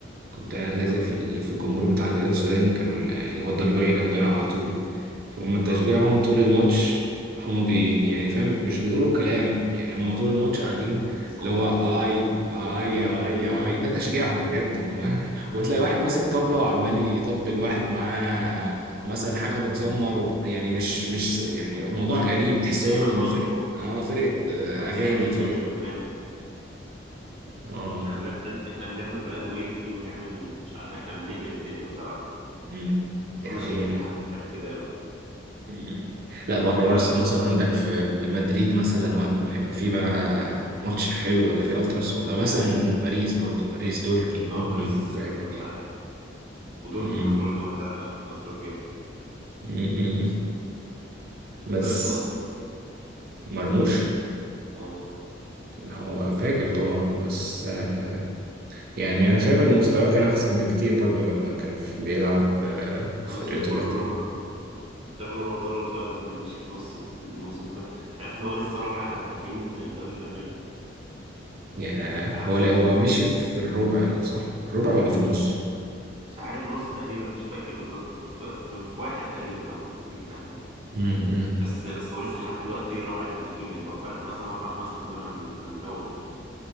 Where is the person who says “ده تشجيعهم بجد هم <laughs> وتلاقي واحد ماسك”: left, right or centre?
Right